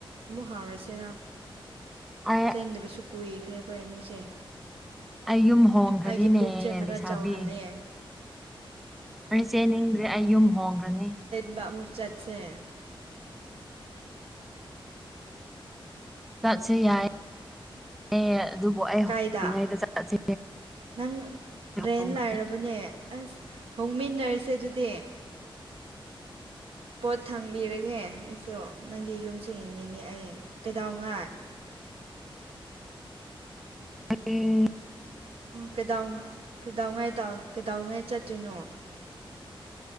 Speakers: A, on the right; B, in the centre.
A: ꯑꯃꯨꯛ ꯍꯥꯎꯔꯁꯤꯔꯥ
B: ꯑꯩ
A: ꯆꯦꯟꯗꯕꯁꯨ ꯀꯨꯏꯈ꯭ꯔꯦ ꯑꯩꯈꯣꯏ ꯑꯅꯤꯁꯦ
B: ꯑꯩ ꯌꯨꯝ ꯍꯣꯡꯈ꯭ꯔꯅꯤꯅꯦ
A: ꯑꯩꯒꯤ ꯄꯨꯛꯁꯦ ꯈꯔ
B: ꯂꯩꯁꯥꯕꯤ
A: ꯆꯥꯎꯍꯜꯂꯦ
B: ꯑꯩ ꯆꯦꯟꯅꯤꯡꯕꯗꯤ ꯑꯩ ꯌꯨꯝ ꯍꯣꯡꯈ꯭ꯔꯅꯤ
A: ꯗ ꯑꯃꯨꯛ ꯆꯠꯁꯦ
B: ꯆꯠꯁꯦ ꯌꯥꯏ ꯌꯦ ꯑꯗꯨꯕꯨ ꯑꯩ ꯍꯧꯗ꯭ꯔꯤꯉꯩꯗ
A: ꯀꯥꯏꯗ
B: ꯆꯠꯁꯦ
A: ꯅꯪ ꯔꯦꯟ
B: ꯍꯣꯡꯈ꯭ꯔꯦ
A: ꯂꯥꯏꯔꯕꯅꯦ ꯑꯁ ꯍꯣꯡꯃꯤꯟꯅꯔꯁꯦ ꯑꯗꯨꯗꯤ ꯄꯣꯠ ꯊꯥꯡꯕꯤꯔꯒꯦ ꯑꯩꯁꯨ ꯅꯪꯒꯤ ꯌꯨꯝꯁꯨ ꯌꯦꯡꯅꯤꯡꯉꯦ ꯑꯩ ꯀꯩꯗꯧꯉꯩ
B: ꯑꯩ
A: ꯀꯩꯗꯧ ꯀꯩꯗꯧꯉꯩ ꯇꯧ ꯀꯩꯗꯧꯉꯥꯏ ꯆꯠꯇꯣꯏꯅꯣ